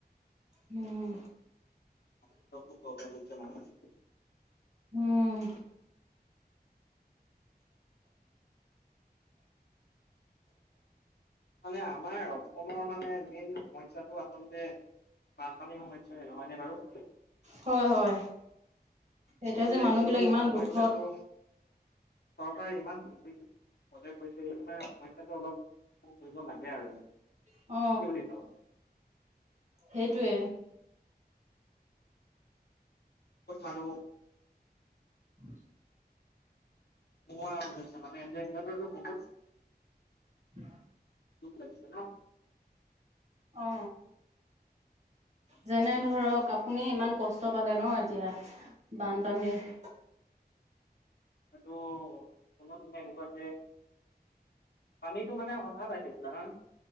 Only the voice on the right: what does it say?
হুম।
উম
হয় হয় এতিয়া
যে মানুহ
বিলাক ইমান
দুখত
অ
সেইটোৱে
উম
<inaudible>
অ যেনে ধৰক আপুনি ইমান কষ্ট পালে ন এতিয়া বানপানীৰ <inaudible>